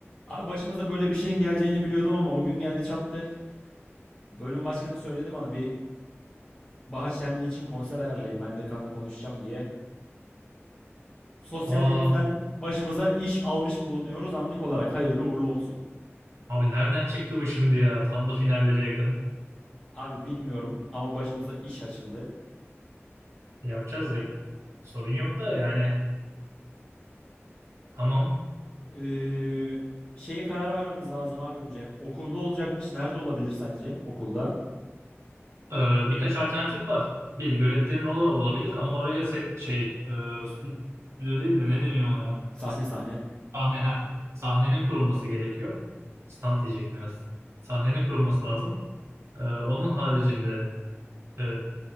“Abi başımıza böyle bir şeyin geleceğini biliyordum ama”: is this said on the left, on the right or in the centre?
Left